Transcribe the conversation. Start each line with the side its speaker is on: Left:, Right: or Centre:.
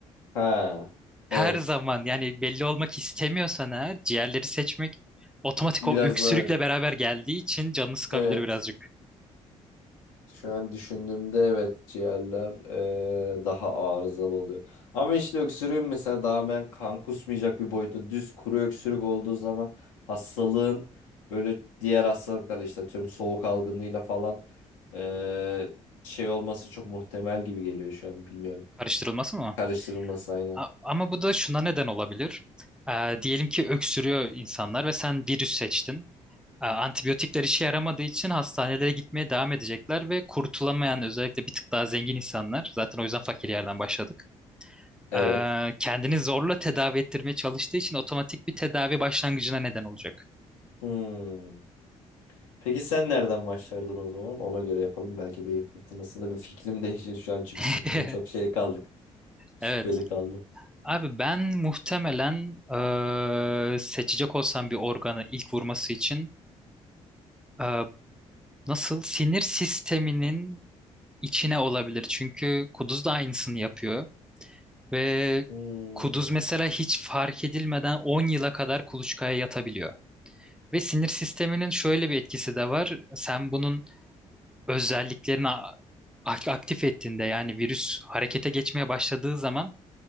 Left: Ha.
Centre: Her
Left: Evet.
Centre: zaman yani belli olmak istemiyorsan eğer ciğerleri seçmek otomatik
Left: Biraz
Centre: o öksürükle
Left: zor. Evet.
Centre: beraber geldiği için canını sıkabilir
Left: Evet.
Centre: birazcık.
Left: Şu an düşündüğümde evet ciğerler eee, daha arızalı oluyor. Ama işte öksürüğün mesela daha ben kan kusmayacak bir boyutta düz kuru öksürük olduğu zaman hastalığın böyle diğer hastalıklarla işte atıyorum soğuk algınlığıyla falan eee, şey olması çok muhtemel gibi geliyor şu an bilmiyorum.
Centre: Karıştırılması mı?
Left: Karıştırılması aynı.
Centre: A- Ama bu da şuna neden olabilir. Ee, diyelim ki öksürüyor insanlar ve sen virüs seçtin. Ee, antibiyotikler işe yaramadığı için hastanelere gitmeye devam edecekler ve kurtulamayan özellikle bir tık daha zengin insanlar zaten o yüzden fakir yerden başladık.
Left: Evet.
Centre: Ee, kendini zorla tedavi ettirmeye çalıştığı için otomatik bir tedavi başlangıcına neden olacak.
Left: Hmm. Peki sen nereden başlardın o zaman? Ona göre yapalım. Belki beyin fırtınasında bir fikrim <laughs> değişir şu an çünkü
Centre: <laughs>
Left: fikrim çok şeye kaldı. Şüpheli
Centre: Evet.
Left: kaldı.
Centre: Abi ben muhtemelen eee, seçecek olsam bir organı ilk vurması için eee, nasıl sinir sisteminin içine olabilir. Çünkü kuduz da aynısını yapıyor ve
Left: Hmm.
Centre: kuduz mesela hiç fark edilmeden 10 yıla kadar kuluçkaya yatabiliyor. Ve sinir sisteminin şöyle bir etkisi de var. Sen bunun özelliklerini a- aktif ettiğinde yani virüs harekete geçmeye başladığı zaman